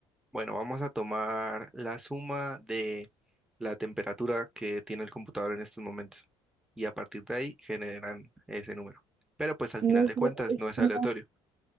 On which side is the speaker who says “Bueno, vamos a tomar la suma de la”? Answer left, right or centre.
Centre